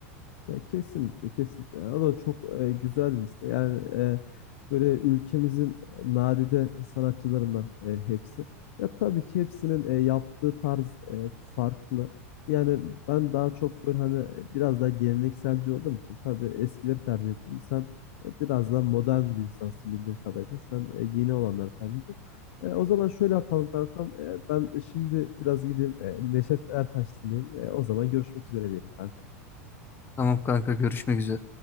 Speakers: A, on the left; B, on the left.
A: Ya kesinlikle kesinlikle. O da çok e, güzel liste. Yani e, böyle ülkemizin e, nadide sanatçılarından e, hepsi. Ya tabii ki hepsinin e, yaptığı tarz e, farklı. Yani ben daha çok böyle hani e, biraz daha gelenekselci olduğum için tabii eskileri tercih ettim. Sen e, biraz daha modern bir insansın bildiğim kadarıyla. Sen e, yeni olanları tercih ettin. E, o zaman şöyle yapalım kankam. E, ben şimdi biraz gideyim e, Neşet Ertaş dinleyeyim. E, o zaman görüşmek üzere diyelim kankam.
B: Tamam kanka görüşmek üzere.